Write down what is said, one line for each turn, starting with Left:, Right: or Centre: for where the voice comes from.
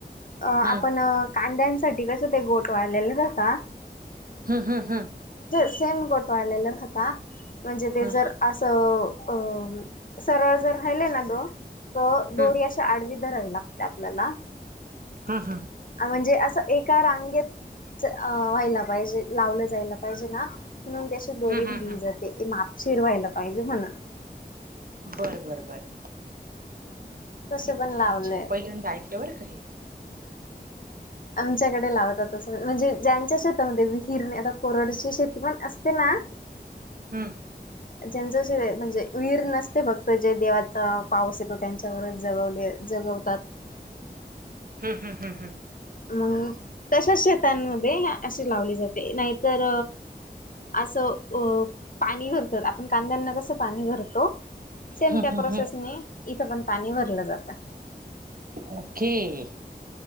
Left: अ
Right: हम्म
Left: आपण कांद्यांसाठी कसं ते गोठ वाळलेलं जात.
Right: हम्म हम्म हम्.
Left: सेम गोट वाढलेलं होता. म्हणजे ते
Right: हम्म.
Left: जर असं अ सरळ जर राहिले. ना दो दोरी
Right: हम्म.
Left: अशी आडवी धरावी लागते आपल्याला.
Right: हम्म हम्म
Left: म्हणजे. असं एका रांगेत. अ व्हायला पाहिजे लावलं जायला पाहिजे ना म्हणून त्याची दोरी
Right: हम्म
Left: धरली
Right: हम्म हम्म
Left: जाते माप शिरवायला पाहिजे म्हणून
Right: बर बरं बर
Left: तसे
Right: म
Left: पण लावलंय
Right: अच्छा पहिल्यांदा ऐकलं बरं का हे
Left: च्याकडे लावतात म्हणजे ज्यांच्या शेतामध्ये विहीर आता कोरडची शेती पण असते ना
Right: हम्म
Left: ज्यांच जे म्हणजे वीर नसते फक्त जे देवाचा पाऊस येतो त्यांच्यावरच जगवले ज त
Right: हम्म हम् हम् हम्
Left: मग तशाच शेतांमध्ये अशी लावली जाते नाहीतर असं अ पाणी भरतात आपण कांद्यांना कसं पाणी भरतो सेम
Right: हम्म
Left: त्या
Right: हम्म
Left: प्रोसेसने
Right: हम्म
Left: इथ पण पाणी भरलं जात
Right: पखी